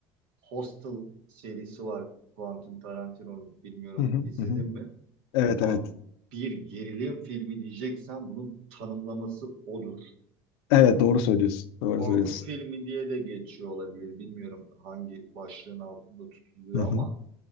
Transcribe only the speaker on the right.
Hostel serisi var Quentin Tarantino'nun. Bilmiyorum
izledin
mi?
Abi
bir gerilim filmi diyeceksen bunun tanımlaması odur.
Hani
korku
filmi diye de geçiyor olabilir. Bilmiyorum hangi başlığın altında tutuluyor
ama